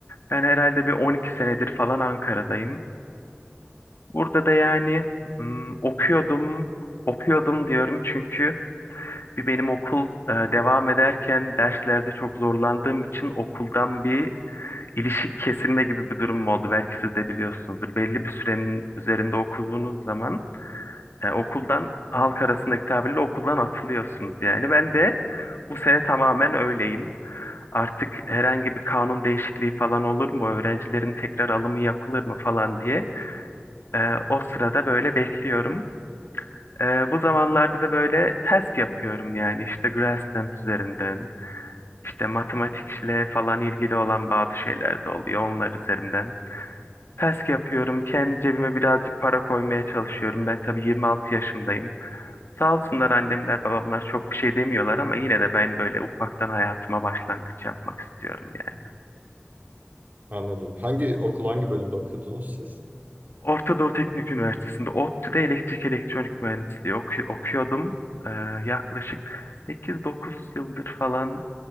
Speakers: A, on the left (about 85°); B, on the right (about 50°).
A: Ben herhalde bir 12 senedir falan Ankara'dayım. Burada da yani hmm, okuyordum, okuyordum diyorum çünkü Bir benim okul e, devam ederken derslerde çok zorlandığım için okuldan bir ilişik kesilme gibi bir durum oldu. Belki siz de biliyorsunuzdur. Belli bir sürenin üzerinde okuduğunuz zaman e, okuldan halk arasındaki tabirle okuldan atılıyorsunuz yani. Ben de bu sene tamamen öyleyim. Artık herhangi bir kanun değişikliği falan olur mu? Öğrencilerin tekrar alımı yapılır mı falan diye e, o sırada böyle bekliyorum. E, bu zamanlarda da böyle task yapıyorum yani işte Grassland üzerinden. İşte matematikle falan ilgili olan bazı şeyler de oluyor onlar üzerinden. PESK yapıyorum. Kendi cebime birazcık para koymaya çalışıyorum. Ben tabii 26 yaşındayım. Sağ olsunlar annemler babamlar çok bir şey demiyorlar ama yine de ben böyle ufaktan hayatıma başlangıç yapmak istiyorum yani.
B: Anladım. Hangi okul hangi bölümde okudunuz siz?
A: Orta Doğu Teknik Üniversitesi'nde ODTÜ'de elektrik elektronik mühendisliği oku- okuyordum. Ee, yaklaşık 8-9 yıldır falan